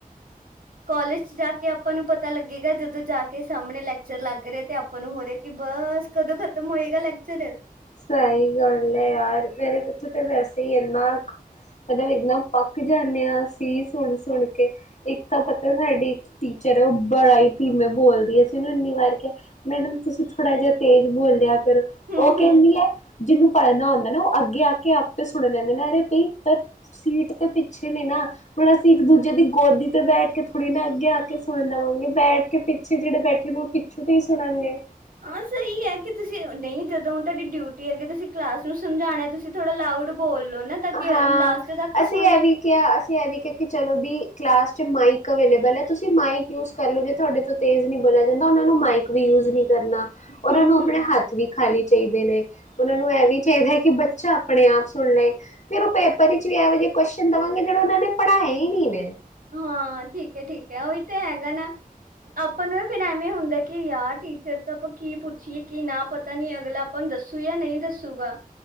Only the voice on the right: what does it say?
ਕੋਲਜ 'ਚ ਜਾ ਕੇ ਆਪਾਂ ਨੂੰ ਪਤਾ ਲੱਗੇਗਾ ਜਦੋਂ ਜਾ ਕੇ ਸਾਹਮਣੇ ਲੈਕਚਰ ਲੱਗ ਰਿਹਾ ਤੇ ਆਪਾਂ ਨੂੰ ਹੋ ਰਿਹਾ ਕਿ ਬਸ ਕਦੋਂ ਖਤਮ ਹੋਏਗਾ ਲੈਕਚਰ।
ਹੂੰ-ਹੂੰ
ਹਾਂ ਸਹੀ ਐ ਕਿ ਤੁਸੀਂ ਨਹੀਂ ਜਦੋਂ ਤੁਹਾਡੀ ਡਿਊਟੀ ਹੈਗੀ ਤੁਸੀਂ ਕਲਾਸ ਨੂੰ ਸਮਝਾਣਾ ਤੁਸੀ ਥੋੜਾ ਲਾਊਡ ਬੋਲੋ ਨਾ। ਤਾਂ ਕਿ
ਲਾਸਟ ਤੱਕ
ਸੁਣੇ
ਹੂੰ-ਹੂੰ
ਹਾਂ ਠੀਕ ਐ ਠੀਕ ਐ, ਉਹੀ ਤੇ ਹੈਗਾ ਨਾ। ਆਪਾਂ ਨੂੰ ਫਿਰ ਐਵੇਂ ਹੁੰਦਾ ਕਿ ਯਾਰ ਟੀਚਰ ਤੋਂ ਆਪਾਂ ਕੀ ਪੁੱਛੀਏ, ਕੀ ਨਾ ਪਤਾ ਨੀ ਅਗਲਾ ਆਪਾਂ ਨੂੰ ਦੱਸੂ ਜਾਂ ਨਹੀਂ ਦੱਸੂਗਾ।